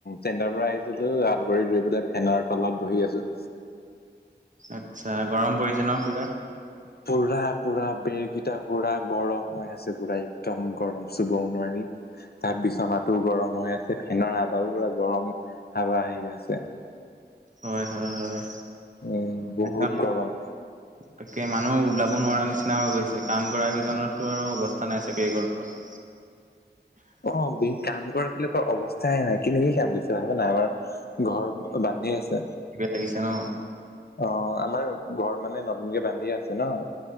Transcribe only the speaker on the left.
চেণ্ডাৰ পৰা আহিছিলো হাত ভৰি ধুৰি পেলাই ফে- ফেনৰ তলত বহি আছোঁ।
পুৰা পুৰা বেৰকেইটা পুৰা গৰম হৈ আছে পুৰা একদম গৰম চুবও নোৱাৰি। তাৰ বিচনাটোও গৰম হৈ আছে ফেনৰ হাবাও পৰা গৰম হাবা আহি আছে।
উম বহুত
গৰম।
অ বে কাম কৰা বিলাকৰ অৱস্থাই নাই কেনে কে কাম কৰিছে ভাবা না এবাৰ। ঘৰ বান্ধি আছে
অ আমাৰ ঘৰ মানে নতুনকে বান্ধিে আছে ন,